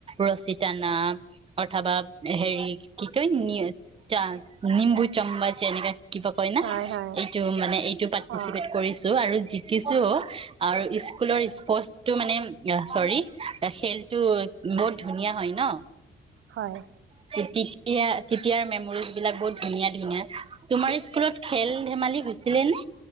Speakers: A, on the right; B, on the right.
A: ৰছী টানা- অথবা হেৰি কি কয় নি চা নিম্বু চাম্বাচ এনেকে- কিবা কয় না
B: হয় হয়
A: এইটো মানে এইটো পাৰ্টিচিপেট
B: অ
A: কৰিছো আৰু শিকিছো আৰু স্কুলৰ স্পৰ্টচ টো মানে চৰি খেলটো বহুত ধুনীয়া হয় ন।
B: হয়।
A: তেতিয়া তেতিয়াৰ মেমৰিজ বিলাক বহুত ধুনীয়া ধুনীয়া তোমাৰ স্কুলত খেল ধেমালি হৈছিলে নে?